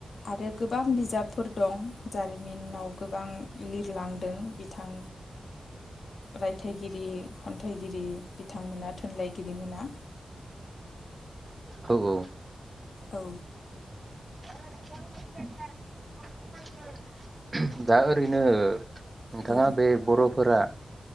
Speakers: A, on the left; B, on the right.
A: आरो गोबां बिजाबफोर दं। जारिमिनाव। गोबां लिरलांदों। बिथां रायथाइगिरि, खन्थाइगिरि बिथांमोना थुनलाइगिरिमोना।
B: औ औ।
A: औ।
B: <unintelligible> दा ओरैनो नोंथाङा
A: औ
B: बे बर' फोरा